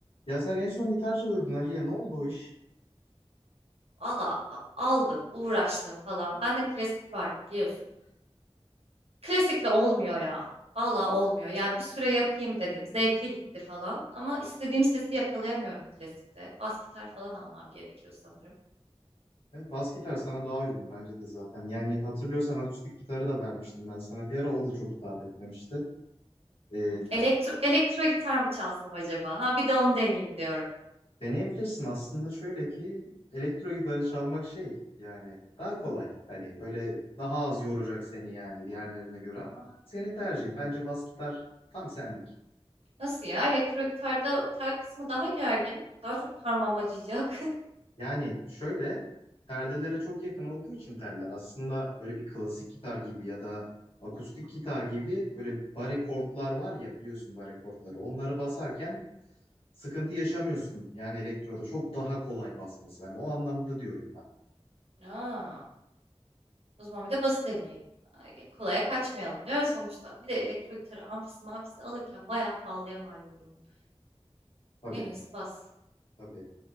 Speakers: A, on the left; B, on the right.
A: Ya sen en son gitar çalıyordun Ali'ye. Ne oldu o iş?
B: Valla a- aldım, uğraştım falan. Bende klasik vardı biliyorsun. Klasikle olmuyor ya. Valla olmuyor. Ya bir süre yapayım dedim. Zevkli gitti falan. Ama istediğim sesi yakalayamıyorum klasikte. Bas gitar falan almam gerekiyor sanırım.
A: E, bas gitar sana daha uygun bence de zaten. Yani hatırlıyorsan akustik gitarı da vermiştim ben sana. Bir ara o da çok hitap etmemişti. E,
B: Hı. Elektro, elektro gitar mı çalsam acaba? Ha bir de onu deneyeyim diyorum.
A: deneyebilirsin aslında şöyle ki elektro gitarı çalmak şey yani daha kolay. Hani böyle daha az yoracak seni yani diğerlerine göre ama senin tercihin. Bence bas gitar tam senlik.
B: Nasıl ya? Elektro gitarda tel kısmı daha gergin. Daha çok parmağım acıyacak.
A: Yani şöyle perdelere çok yakın olduğu için teller aslında böyle bir klasik gitar gibi ya da akustik gitar gibi böyle bare kortlar var ya biliyorsun bare kortları. Onları basarken sıkıntı yaşamıyorsun. Yani elektroda çok daha kolay basması. Hani o anlamda diyorum ben.
B: <laughs> Aa. O zaman bir de bası deneyelim. Ay, Kolaya kaçmayalım diyor sonuçta. Bir de elektro gitarı amfisi mafisi alırken bayağı pahalıya mal olur onun.
A: Tabii
B: En iyisi bas.
A: tabii.